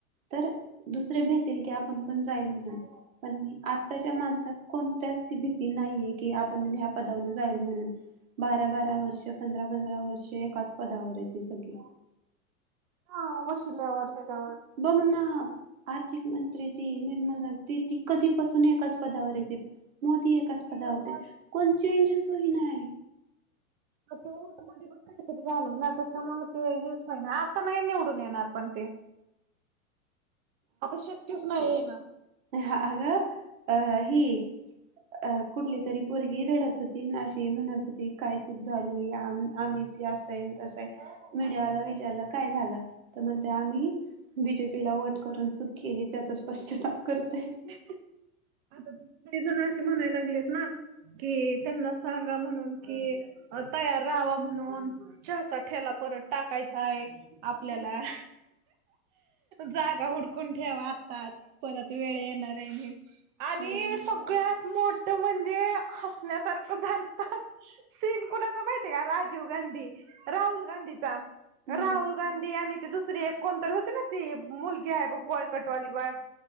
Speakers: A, on the right (about 65°); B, on the right (about 35°).
A: तर दुसरे भेतील की, आपण पण जाईल म्हणून पण आत्ताच्या माणसात कोणत्याच ती भीती नाहीये की, आपण ह्या पदान जाईल म्हणून बारा- बारा वर्ष पंधरा- पंधरा वर्ष एकाच पदावर आहे ते सगळी.
B: हा वशिल्यावर, हेच्यावर
A: बघना आर्थिक मंत्री ती निर्मला त ती कधीपासून एकाच पदावर येते. मोदी एकाच पदावर ते, कोण चेंजेस होईना.
B: असे हो <unintelligible> काहीतरी झालं ना त्याच्यामुळेळ ते हेच होई ना, आता नाही निवडून येणार पण ते. आता शक्यच नाही आहे ना.
A: ह आग ही अ कुठली तरी पोरगी रडत होती. अशी म्हणत होती, काय चूक झाली? आम्ही असे- तस मीडियाला विचारल काय झालं? तर म्हण आम्ही बीजेपीला वोट करून चूक केली, त्याचा स्पष्टताप करतेय.
B: ब <unintelligible> आता काही जण असे म्हणायला लागलेत ना कि त्यांना सांगा म्हणून कि, तयार राहावा म्हणून. चहा चा ठेला परत टाकायचाय आपल्याला. जागा उडकून ठेवा आताच, परत वेळ येणार आहे. आणि आणि
A: हम्म
B: सगळ्यात मोठ म्हणजे हसण्यासारखं म्हणताल सीन कुणाच माहित का राजीव गांधी, राहुल गांधीचा.
A: हम्म.
B: राहुल गांधी आणि ते दुसरी एक कोण तर होती ना ती मुलगी आहे बघ बॉयकटवाली बया,